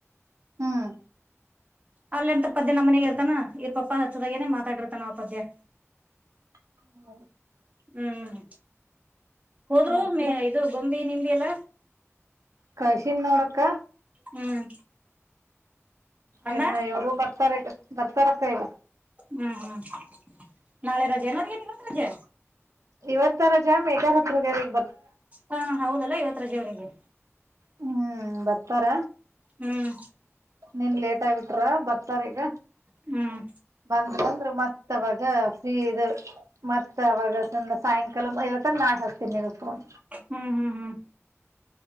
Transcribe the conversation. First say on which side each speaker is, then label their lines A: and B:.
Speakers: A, on the right; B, on the right.
A: ಹ್ಮ್
B: ಅಲ್ಲೆಂತ ಪದ್ಯ ನಮ್ಮ ಮನೆಗ ಇರ್ತಾನ ಇವ್ರ ಪಪ್ಪ ಹಚ್ಚದಾಗೇನೆ ಮಾತಾಡಿರ್ತಾನ ಆ ಪದ್ಯ
A: <inaudible>
B: ಹ್ಮ್ ಹೋದ್ರು
A: ಲಕ್
B: <unintelligible> ಇದು ಗೊಂಬಿ ನಿಂಬಿ ಎಲ್ಲ
A: ಕಲ್ಸಿನಿ ನೋಡಕ್ಕ
B: ಹ್ಮ್ ಅಣ್ಣ
A: ಇನ್ನ ಇವರು ಬರ್ತಾರೆ ಈಗ ಬರ್ತಾರಕ್ಕ ಈಗ
B: ಹ್ಮ್ ಹ್ಮ್ ನಾಳೆ ರಜೆ ನ ಅವ್ರಿಗೆ ಇವತ್ ರಜೆ
A: ಇವತ್ತ ರಜಾ <unintelligible> ಹತ್ರರುಗ್ಯಾರಿಗೆ
B: ಹಾ ಹೌದಲ್ಲ ಇವತ್ರಜೆವರಿಗೆ
A: ಹ್ಮ್ ಬರ್ತಾರ
B: ಹ್ಮ್
A: ನೀನ್ ಲೇಟ್ ಆಗ್ಬಟ್ರ ಬರ್ತಾರ ಈಗ
B: ಹ್ಮ್
A: ಬಂದ್ರಂದ್ರ ಮತ್ತವಾಗ ಫ್ರೀ ಇದು ಮತ್ತ ಅವವಾಗ ಸಾಯಂಕಾಲ ನಾಳೆ ಹಚ್ತಿನಿ ಇರ ಪೋನ್
B: ಹ್ಮ್ ಹ್ಮ್ ಹ್ಮ್